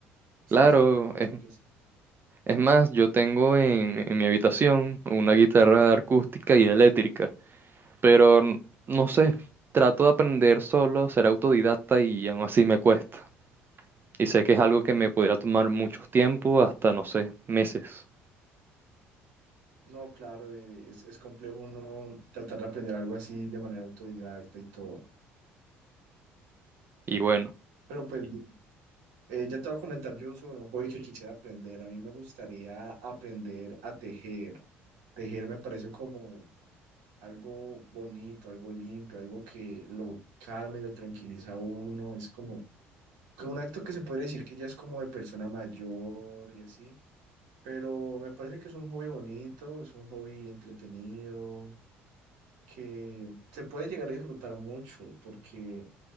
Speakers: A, on the right (about 70°); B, on the right (about 35°).
A: Sí,
B: Claro,
A: sí, podríamos
B: es,
A: decir que sí.
B: es más, yo tengo en, en mi habitación una guitarra acústica y eléctrica, pero n- no sé, trato de aprender solo, ser autodidacta y aún así me cuesta. Y sé que es algo que me podría tomar mucho tiempo, hasta no sé, meses.
A: No, claro, eh, es, es complejo uno tratar de aprender algo así de manera autodidacta y todo.
B: Y bueno,
A: Pero pues eh, ya te voy a comentar yo sobre un hobby que quisiera aprender. A mí me gustaría aprender a tejer. Tejer me parece como algo bonito, algo limpio, algo que lo calma y lo tranquiliza a uno. Es como que un acto que se puede decir que ya es como de persona mayor y así, pero me parece que es un hobby bonito, es un hobby entretenido, que se puede llegar a disfrutar mucho, porque